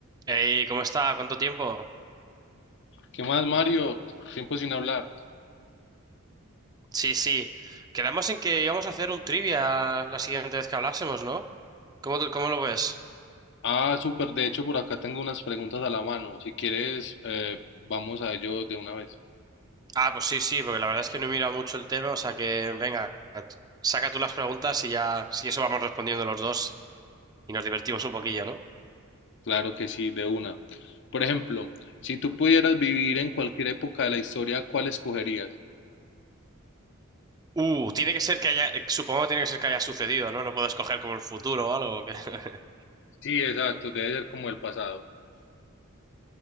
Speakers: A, on the right; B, on the left.
A: Ey, ¿cómo está? ¿Cuánto tiempo?
B: ¿Qué más, Mario? Tiempo sin hablar.
A: Sí, sí. Quedamos en que íbamos a hacer un trivia la siguiente vez que hablásemos, ¿no? ¿Cómo, te- cómo lo ves?
B: Ah, súper. De hecho, por acá tengo unas preguntas a la mano. Si quieres, eh, vamos a ello de una vez.
A: Ah, pues sí, sí, porque la verdad es que no he mirado mucho el tema, o sea que, venga, t- saca tú las preguntas y ya, si eso vamos respondiendo los dos y nos divertimos un poquillo, ¿no?
B: Claro que sí, de una. Por ejemplo, si tú pudieras vivir en cualquier época de la historia, ¿cuál escogerías?
A: Uh, tiene que ser que haya, eh, supongo que tiene que ser que haya sucedido, ¿no? No puedo escoger como el futuro o algo. que- <laughs>
B: Sí, exacto. Debe ser como el pasado.